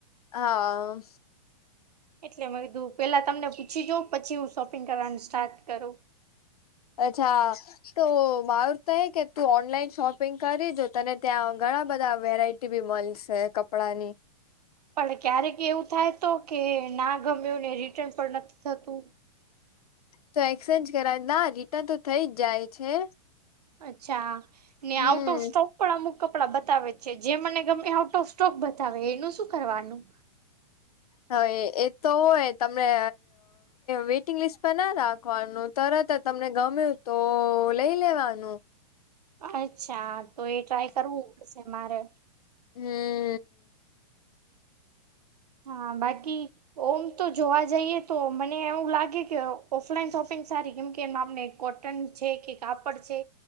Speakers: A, on the left (about 70°); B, on the right (about 85°).
A: હા
B: એટલે મેં કધું પેલા તમને પૂછી જાઉ પછી હું શોપિંગ કરવાનું સ્ટાર્ટ કરું.
A: અચ્છા તો મારું તો કે તું ઓનલાઈન શોપિંગ કરી જો તને ત્યાં ઘણા બધા વેરાઈટી ટીબી મોલ્સ હૈ કપડા ની
B: પણ ક્યારેક એવું થાય તો કે ના ગમ્યું ને રિટર્ન પણ નથી થતું.
A: તો એક્સચેન્જ કરાવ ના રિટર્ન તો થઇ જ જાય છે.
B: અચ્છા ને
A: હમ
B: આઉટ ઓફ સ્ટોક ડા અમુક કપડા બતાવે છે જે મને ગમે આઉટ ઓફ સ્ટોક બતાવે એનું શું કરવાનું
A: હવે એ તો હોય તમને વેઇટિંગ લિસ્ટ પર ના રાખવાનું તરત જ તમને ગમ્યું તો, લઈ લેવાનું.
B: અચ્છા, તો એ ટ્રાય કરવું પડશે મારે.
A: હમ્મ
B: હા, બાકી. ઓમ તો જોવા જઈએ, તો મને એવું લાગે કે ઓ ઓફલાઈન શોપિંગ સારી, કેમ કે મા મેલ કોટન છે, કે કાપડ છે